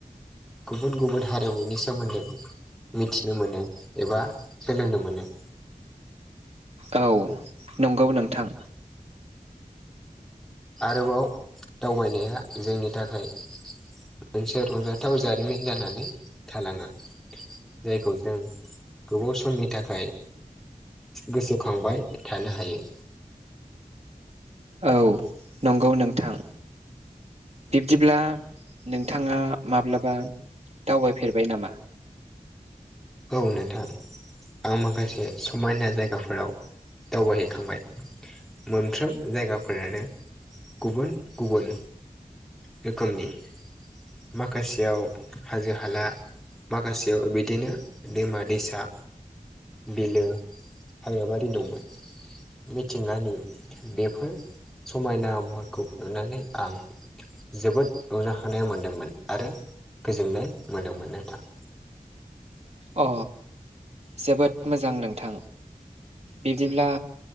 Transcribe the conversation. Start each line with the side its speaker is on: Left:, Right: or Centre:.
Centre: गुबुन गुबुन हारिमुनि सोमोन्दै। मिथिनो मोनो एबा सोलोंनो मोनो।
Right: औ नंगौ नोंथां।
Centre: आरोबाव दावबायनाया जोंनि थाखाय मोनसे रंजाथाव जारिमिन जानानै थालाङो। जायखौ जों गोबाव समनि थाखाय गोसोखांबाय थानो हायो।
Right: औ। नंगौ नोंथां। बिब्दिब्ला नोंथाङा माब्लाबा दावबायफेरबाय नामा?
Centre: औ नोंथां। आं माखासे समायना जायगाफोराव दावबायहैखांबाय। मोनफ्रोम जायगाफोरानो गुबुन गुबुन रोखोमनि। माखासेयाव हाजो हाला माखासेयाव बिदिनो दैमा दैसा बिलो हाग्राबारि दंमोन। मिथिंगानि बेफोर समायना महरखौ नुनानै आंफ जोबोद रंजाखोनाय मोन्दोंमोन आरो गोजोननाय मोनदोंमोन नथां।
Right: अ जोबोद मोजां नोंथां बिदिब्ला